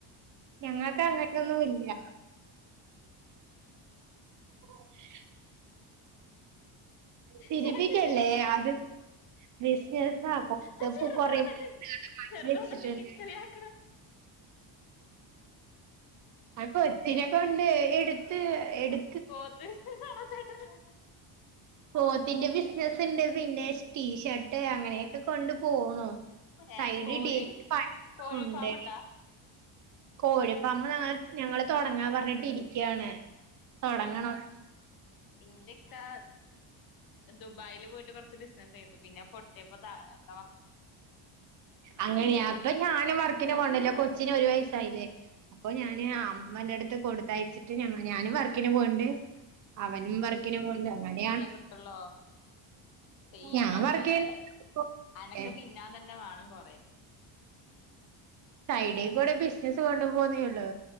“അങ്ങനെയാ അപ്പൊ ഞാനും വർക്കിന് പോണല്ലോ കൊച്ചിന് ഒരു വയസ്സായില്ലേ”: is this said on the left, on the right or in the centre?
Right